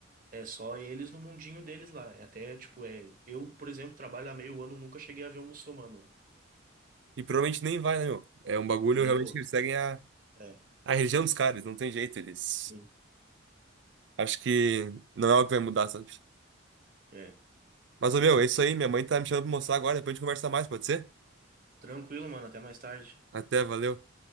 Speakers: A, on the right; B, on the right.
A: É só eles no mundinho deles lá. É até, tipo, é. Eu, por exemplo, trabalho há meio ano, nunca cheguei a ver um muçulmano. lá.
B: E provavelmente nem vai, né, meu? É um bagulho
A: Nem
B: realmente
A: vou.
B: que eles seguem a,
A: É,
B: a religião dos caras, não tem jeito, eles.
A: sim.
B: Acho que não é algo que vai mudar, sabe?
A: É.
B: Mas, ô, meu, é isso aí. Minha mãe tá me chamando pra mostrar agora, depois a gente conversa mais, pode ser?
A: Tranquilo, mano. Até mais tarde.
B: Até, valeu.